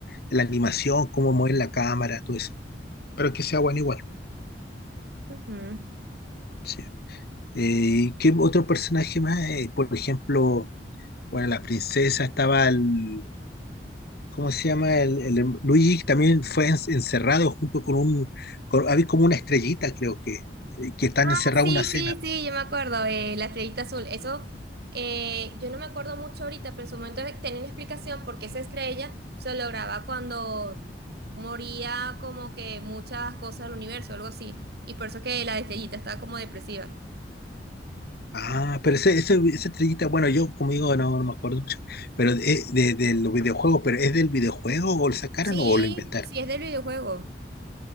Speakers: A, on the left (about 60°); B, on the right (about 65°).
A: la animación, cómo mueven la cámara, todo eso. Pero que sea bueno igual.
B: Ujú.
A: Sí. Eh, ¿qué otro personaje más? Eh, por ejemplo, bueno, la princesa estaba el, ¿cómo se llama? El, el- el- Luigi también fue en- encerrado junto con un, con- había como una estrellita, creo que, eh, que están
B: Ah,
A: encerrados
B: sí,
A: en una cena.
B: sí, sí, yo me acuerdo, eh, la estrellita azul. Eso, eh, yo no me acuerdo mucho ahorita, pero en su momento tenía una explicación porque esa estrella se lograba cuando moría como que muchas cosas del universo, algo así. Y por eso que la estrellita estaba como depresiva.
A: Ah, pero ese, ese- esa estrellita, bueno, yo como digo, no, no me acuerdo mucho, pero es de, de los videojuegos, pero ¿es del videojuego o lo sacaron
B: Sí,
A: o lo inventaron?
B: sí, es del videojuego.